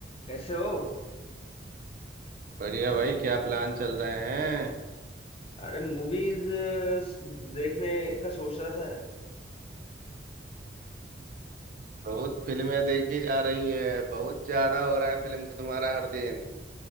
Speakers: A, on the left; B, on the right.
A: कैसे हो
B: बढ़िया भाई क्या प्लान चल रहे हैं
A: अरे मूवीज देखने का सोच रहा था यार।
B: बहुत फिल्में देखी जा रही है बहुत ज्यादा हो रहा है फिल्म तुम्हारा हर दिन